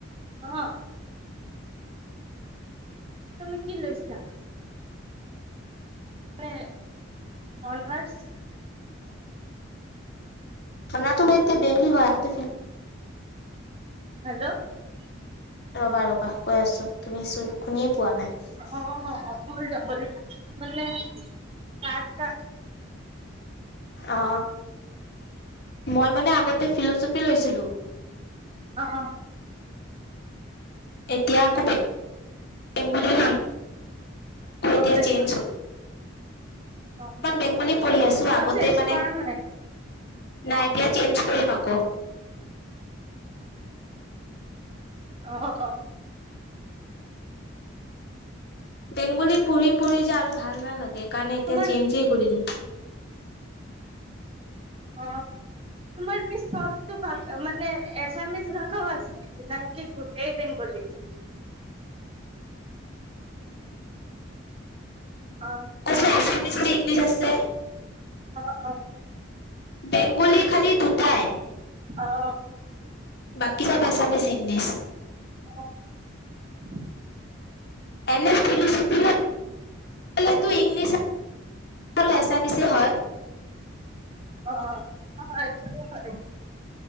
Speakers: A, on the right; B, on the left.
A: অ তুমি কি লৈছা মানে অনাৰ্ছ
B: ন তুমি এয়া বেংলি হয় <inaudible> <unintelligible>
A: হেল্ল'
B: ৰ'বা ৰ'বা কৈ আছো তুমি চোন শুনে পোৱা নাই
A: অ অ ফ ডবল <inaudible> মানে কাত ক
B: অ মই মানে আগতে ফিলচফি লৈছিলো
A: অ অ
B: এতিয়া আকৌ <unintelligible> এতিয়া
A: অ বেংগলী
B: চেঞ্জ
A: অ
B: মান বেংগলী পঢ়ি আছো আগতে
A: অ চেঞ্জ
B: মানে
A: কৰা নাই
B: নাই এতিয়া চেঞ্জ কৰিম আকৌ।
A: অ অ।
B: বেংগলী পঢ়ি পঢ়ি যে আৰু ভাল নালাগে সেইকাৰণে এতিয়া
A: তোমাৰ
B: চেঞ্জেই কৰি দিম। <inaudible>
A: অ তোমাৰ কি চবটো ভাষা মানে এছামিছ ভাষাও আছে? <unintelligible> গোটেই বেংগলী। অ',
B: তাৰপিছত আছামিছ নে ইংলিছ আছে?
A: অঁ
B: বেংগলী খালি দুটাই।
A: অঁ।
B: বাকী চব আছামিছ, ইংলিছ।
A: <inaudible>
B: এনে <unintelligible> <unintelligible> ইংলিছ আৰু আছামিছেই হয়।
A: অ' অঁ এইটো হয়ে।